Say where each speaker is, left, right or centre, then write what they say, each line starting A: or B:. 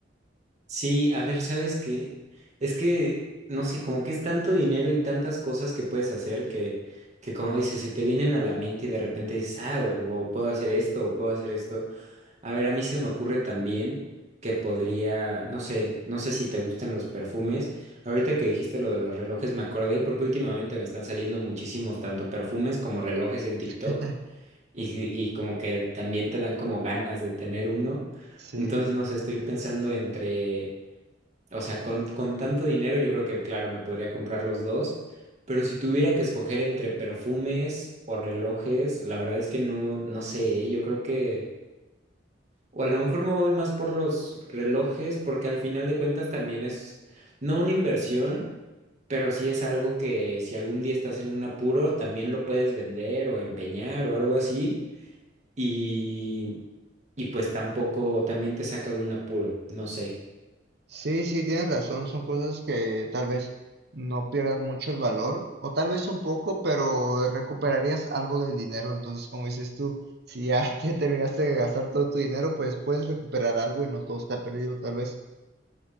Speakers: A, on the right (about 40°); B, on the right (about 60°).
A: Sí, a ver, ¿sabes qué? Es que, no sé, como que es tanto dinero y tantas cosas que puedes hacer que, que como dices, se te vienen a la mente y de repente dices, ah, o puedo hacer esto, o puedo hacer esto. A ver, a mí se me ocurre también que podría, no sé, no sé si te gustan los perfumes. Ahorita que dijiste lo de los relojes, me acordé porque últimamente me están saliendo muchísimos, tanto perfumes como relojes en TikTok
B: <laughs>
A: y, y como que también te dan como ganas de tener uno.
B: Sí.
A: Entonces, no sé, estoy pensando entre... O sea, con, con tanto dinero yo creo que, claro, me podría comprar los dos, pero si tuviera que escoger entre perfumes o relojes, la verdad es que no, no sé, ¿eh? yo creo que, o a lo mejor me voy más por los relojes, porque al final de cuentas también es, no una inversión, pero sí es algo que si algún día estás en un apuro, también lo puedes vender o empeñar o algo así, y, y pues tampoco, también te saca de un apuro, no sé.
B: Sí, sí, tienes razón, son cosas que tal vez no pierdan mucho el valor, o tal vez un poco, pero recuperarías algo del dinero. Entonces, como dices tú, si ya <laughs> te terminaste de gastar todo tu dinero, pues puedes recuperar algo y no todo está perdido, tal vez.